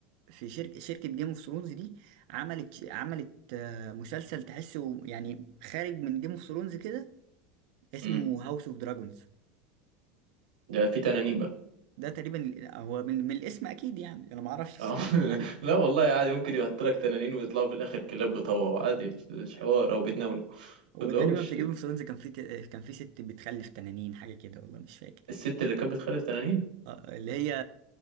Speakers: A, on the right (about 65°); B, on the right (about 85°).
A: في شركة شركة جيم اوف ثرونز دي عملت عملت آه، مسلسل تحسه يعني خارج من جيم اوف ثرونز كده اسمه
B: مم.
A: هاوس اوف دراجونز
B: ده في تنانين بقى
A: ده تقريبا هو من, من الاسم اكيد يعني انا ما اعرفش الصراحة
B: اه <laughs>
A: <laughs>
B: لا والله عادي ممكن يحط لك تنانين ويطلعوا في الاخر كلاب بطوها عادي مش مش حوار او بتنونك ما
A: هو
B: تقولهمش
A: تقريبا في جيم اوف ثرونز كان في ت... آه، كان في ست بتخلف تنانين حاجه كده والله مش فاكر
B: الست اللي كانت بتخلف تنانين
A: آه، اللي هي